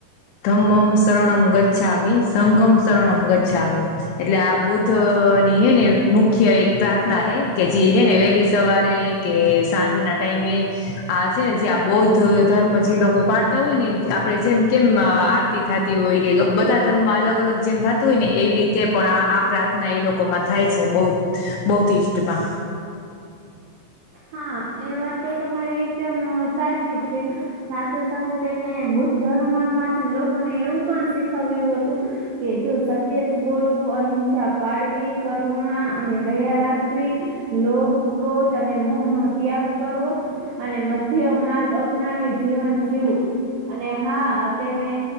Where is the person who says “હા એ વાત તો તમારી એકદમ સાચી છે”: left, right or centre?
Right